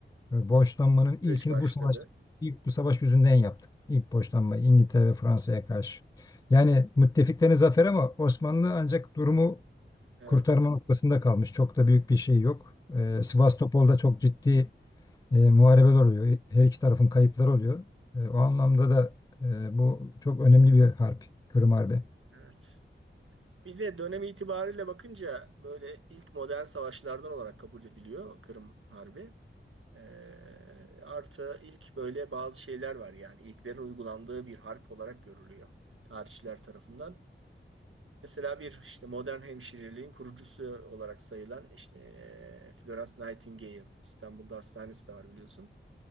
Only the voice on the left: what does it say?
E, Borçlanmanın
ilkini
bu savaş ilk bu savaş yüzünden yaptık. İlk borçlanma İngiltere ve Fransa'ya karşı. Yani müttefiklerin zaferi ama Osmanlı ancak durumu
kurtarma noktasında kalmış. Çok da büyük bir şey yok. E,
Sivastopol'da çok ciddi e, muharebeler oluyor. Her iki tarafın kayıpları oluyor. E, o anlamda da e, bu çok önemli bir harp. Kırım Harbi.